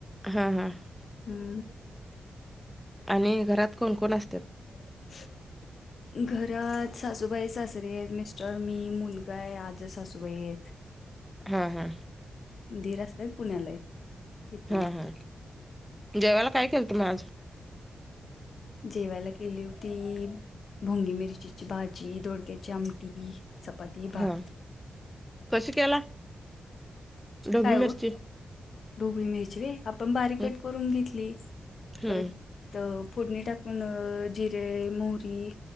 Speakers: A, in the centre; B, on the left.
A: हा हा.
B: हम्म.
A: आणि घरात कोण कोण असत्यात?
B: <inaudible> घरात सासूबाई, सासरे आहेत मिस्टर, मी, मुलगा आहे आजी सासूबाई आहेत.
A: हा हा.
B: दीर असतात पुण्याला आहेत. इथे
A: हा
B: नसतात
A: हा. जेवायला काय केलत मग आज?
B: जेवायला केली होती ढोबळी मिरचीची भाजी, दोडक्याची आमटी चपाती, भात.
A: हा. कस केला ढब्बू
B: काय हो
A: मिरची?
B: ढोबळी मिरची व्हय. आपण बारीक
A: हम्म
B: कट करून घेतली.
A: हम्म.
B: परत तर फोडणी टाकून जिरे, मोहरी